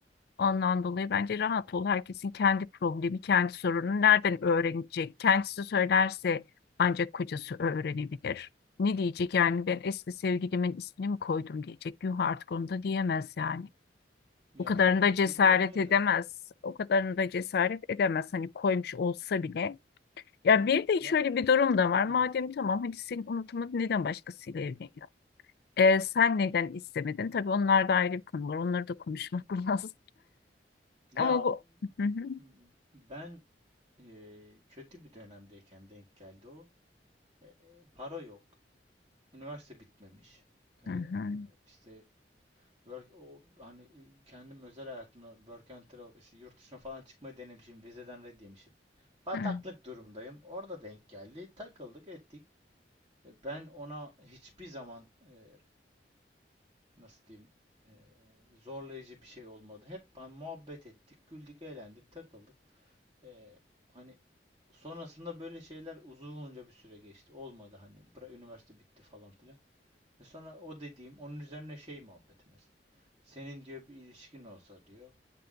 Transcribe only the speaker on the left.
Ondan dolayı bence rahat ol. Herkesin kendi problemi, kendi sorunu nereden öğrenecek? Kendisi söylerse ancak kocası öğrenebilir. Ne diyecek yani ben eski sevgilimin ismini mi koydum diyecek. Yuh artık onu da diyemez yani.
O kadarını
da
cesaret
edemez.
O kadarını da cesaret edemez. Hani koymuş olsa bile. Ya bir de
şöyle
bir durum da var.
Madem tamam hadi senin unutmadın neden başkasıyla evleniyor? Ee, sen neden istemedin? Tabii onlar da ayrı bir konu var. Onları da konuşmak <laughs> lazım.
Ama bu... Hı hı.
Hı hı,
hı,